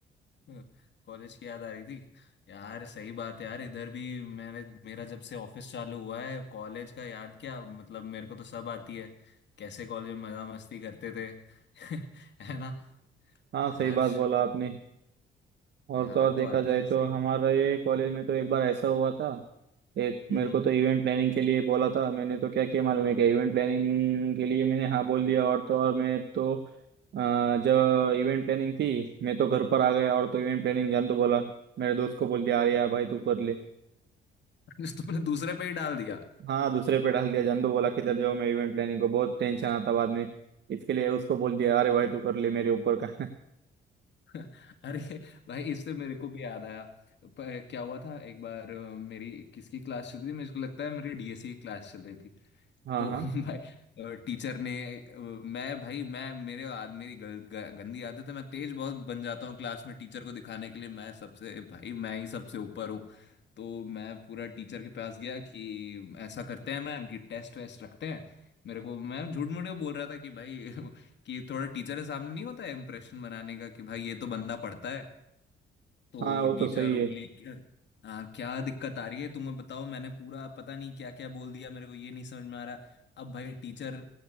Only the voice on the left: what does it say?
<laughs> कॉलेज की याद आ रही थी यार सही बात है यार इधर भी मैंने मेरा जब से ऑफिस चालू हुआ है कॉलेज का याद क्या मतलब मेरे को तो सब आती है कैसे कॉलेज में मजा मस्ती करते थे <laughs> है ना
यार
याद
तो आती
है
सही
हम्म
<laughs> तुमने दूसरे पे ही डाल दिया
<laughs> अरे भाई इससे मेरे को भी याद आया प- क्या हुआ था एक बार अ, मेरी किसकी क्लास चल रही थी मेरे को लगता है मेरी डीएससी की क्लास चल रही थी
तो
<laughs> भाई टीचर ने अ, मैं भाई मैं मेरे आद मेरी गल, ग, गंदी आदत है मैं तेज बहुत बन जाता हूँ क्लास में टीचर को दिखाने के लिए मैं सबसे भाई मैं ही सबसे ऊपर हूँ तो मैं पूरा टीचर के पास गया कि ऐसा करते हैं मैम कि टेस्ट वेस्ट रखते हैं मेरे को मैं झूठ मूठ बोल रहा था कि भाई <laughs> कि थोड़ा टीचर के सामने नहीं होता है इम्प्रेशन बनाने का कि भाई ये तो बंदा पढ़ता है तो
टीचर
बोली
क्या हाँ क्या दिक्कत आ रही है तुम्हें बताओ मैंने पूरा पता नहीं क्या क्या बोल दिया मेरे को ये नहीं समझ में आ रहा अब भाई टीचर